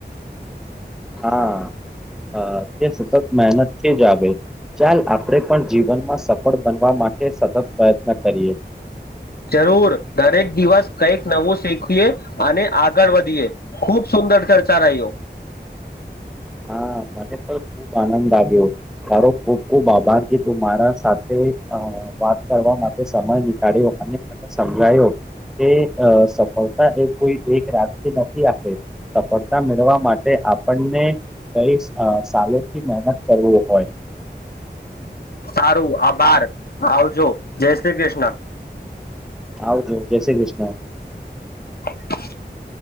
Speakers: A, in the centre; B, on the left.
A: હા હા તે સતત મહેનતથી જ આવે ચાલ આપણે પણ જીવનમાં સફળ બનવા માટે સતત પ્રયત્ન કરીએ
B: જરૂર દરેક દિવસ કંઈક નવું શીખીએ અને આગળ વધીએ ખુબ શુ દર ચર્ચા રહીઓ
A: હા મને પણ ખુબ આનંદ આવ્યો તારો ખુબ ખુબ આભાર કે તું મારા સાથે અ વાત કરવા માટે સમય નીકાળ્યો અને મને સમજાયો એ અ સફળતા એ કોઈ એક રાતથી નથી આપે સફળતા મેળવા માટે આપણને કઈ અ સાલોથી મહેનત કરવો હોય
B: સારું આભાર આવજો, જય શ્રી કૃષ્ણ
A: આવજો, જય શ્રી કૃષ્ણ
B: <inaudible>